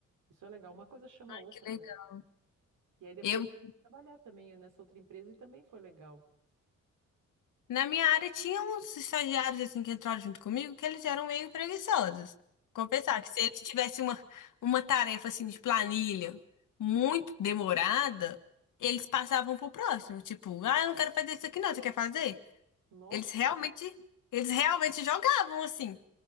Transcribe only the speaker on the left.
Ai,
que legal.
Eu,
na minha área, tinha uns estagiários assim que entraram junto comigo que eles eram meio preguiçosos. Confessar que se eles tivessem uma, uma tarefa assim de planilha muito demorada, eles passavam pro próximo, tipo, ah, eu não quero fazer isso aqui não, você quer fazer?
Eles realmente, eles realmente jogavam assim.